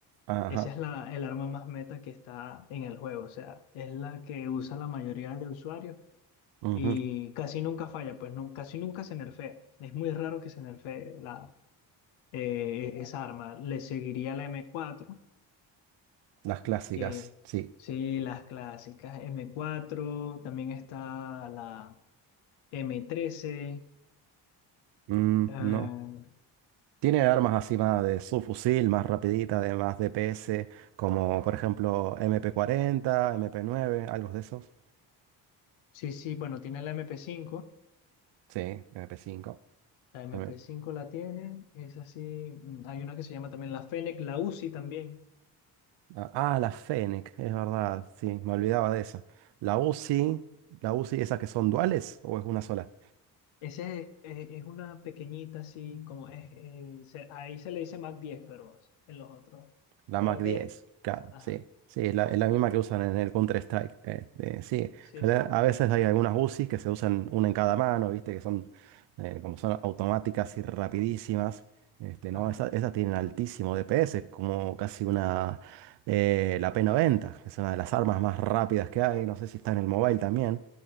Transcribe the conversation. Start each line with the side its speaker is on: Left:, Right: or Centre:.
Right: Ajá.
Left: Esa es la, el arma más meta que está en el juego, o sea, es la que usa la mayoría de usuarios
Right: ujú,
Left: y casi nunca falla, pues no, casi nunca se nerfea. Es muy raro que se nerfee la, eh, esa arma. Le seguiría la m cuatro
Right: Las clásicas,
Left: que
Right: sí.
Left: sí, las clásicas m cuatro también está la m trece
Right: Mm,
Left: eh,
Right: no. Tiene armas así más de subfusil, más rapidita, de más DPS, como por ejemplo MP40, mp nueve, algo de esos.
Left: sí, sí, bueno, tiene la mp cinco
Right: Sí, mp cinco.
Left: La mp
Right: M
Left: cinco la tiene, es así. mm, Hay una que se llama también la Fennec, la Uzi también.
Right: Ah, ah, la Fennec, es verdad, sí, me olvidaba de esa. La Uzi, la Uzi, ¿esas que son duales o es una sola?
Left: Ese es, es- es una pequeñita así, como es, eh, se- ahí se le dice Mac diez pero en los otros.
Right: La
Left: Creo
Right: Mac
Left: que,
Right: 10, claro,
Left: ajá,
Right: sí. Sí, es la, es la misma que usan en el Counter-Strike. eh, eh, sí,
Left: sí,
Right: Pero
Left: sí,
Right: a veces hay algunas UCIs que se usan una en cada mano, viste, que son eh, como son automáticas y rapidísimas. Este, no,
Left: ajá.
Right: esa- esas, tienen altísimo DPS, como casi una, eh, la p noventa, que es una de las armas más rápidas que hay. No sé si está en el mobile también.